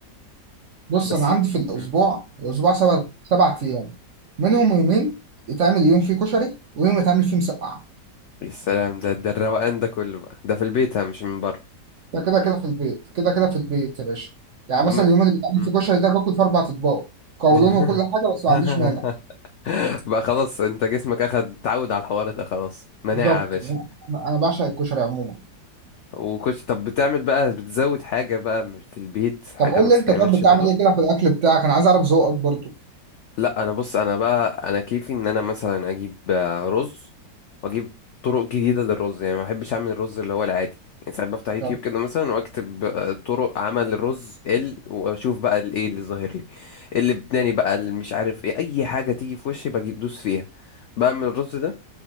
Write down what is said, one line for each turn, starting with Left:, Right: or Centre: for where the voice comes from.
Right: بص
Left: بس
Right: انا عندي في الاسبوع
Left: مم.
Right: الاسبوع سبع سبع ايام منهم يومين يتعمل يوم فيه كشري ويوم يتعمل فيه مسقعه
Left: يا سلام ده ده الروقان ده كله بقى ده في البيت ها، مش من بره
Right: ده كده كده في البيت كده كده في البيت يا باشا يعني
Left: عم...
Right: مثلا اليوم اللي بتعمل
Left: مم.
Right: فيه كشري ده باكل في اربع اطباق قولون
Left: <laughs>
Right: وكل حاجه بس ما عنديش مانع
Left: بقى خلاص انت جسمك اخد تعود على الحوار ده خلاص مناعة
Right: بالظبط
Left: يا باشا
Right: انا أنا بعشق الكشري عموما
Left: وكش طب بتعمل بقى بتزود حاجة بقى من- في البيت حاجة
Right: طب قول
Left: ما
Right: لي
Left: بتتعملش
Right: انت طب بتعمل
Left: بره
Right: ايه كده في الاكل بتاعك انا عايز اعرف ذوقك برضو
Left: لا انا بص انا بقى انا كيفي ان انا مثلا اجيب آه، رز واجيب طرق جديده للرز يعني ما بحبش اعمل الرز اللي هو العادي يعني ساعات بفتح يوتيوب
Right: يا
Left: كده مثلا واكتب آه، طرق عمل الرز ال واشوف بقى الايه اللي ظاهر لي اللبناني بقى اللي مش عارف ايه اي حاجه تيجي في وشي بجيب دوس فيها بعمل الرز ده